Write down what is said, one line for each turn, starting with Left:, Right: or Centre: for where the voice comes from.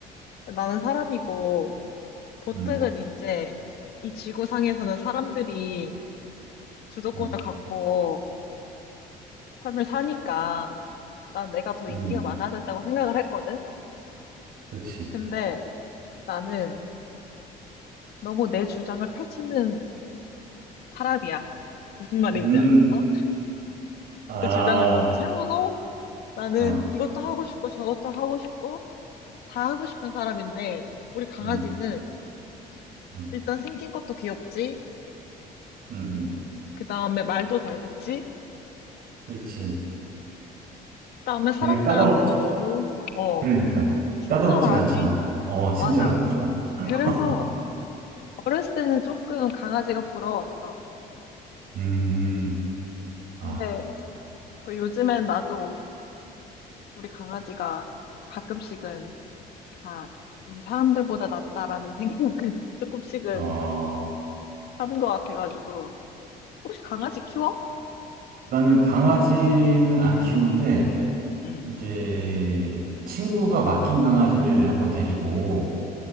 Left: 나는 사람이고, 보통은
Right: 음,
Left: 이제 이 지구상에서는 사람들이 주도권을
Right: 어,
Left: 갖고 삶을 사니까 난 내가 더
Right: 음,
Left: 인기가 많아야 된다고 생각을 했거든?
Right: 그렇지.
Left: 근데 나는 너무 내 주장을 펼치는 사람이야. 무슨 말인지
Right: 음,
Left: 알겠어?
Right: 아,
Left: 내 주장을 너무 세우고 나는
Right: 어,
Left: 이것도 하고 싶고 저것도 하고 싶고 다 하고 싶은 사람인데 우리 강아지는
Right: 음, 음,
Left: 일단 생긴 것도 귀엽지?
Right: 음, 음,
Left: 그 다음에 말도 잘 듣지? 그
Right: 그렇지.
Left: 다음에 사람들한테도
Right: 걔는 까다롭,
Left: 너무 어,
Right: 그러니까.
Left: 친절하지?
Right: 까다롭지가 않잖아. 어, 친절하고.
Left: 맞아.
Right: <laughs>
Left: 그래서 어렸을 때는 조금 강아지가 부러웠어.
Right: 음, 아,
Left: 근데 뭐 요즘엔 나도 우리 강아지가 가끔씩은 아, 이 사람들보다 낫다라는 생각을 <laughs> 조금씩은
Right: 어, 어,
Left: 하는 것 같아가지고. 혹시 강아지 키워?
Right: 나는 강아지는 안 키우는데,
Left: 응,
Right: 이제 친구가 맡긴 강아지를 한번 데리고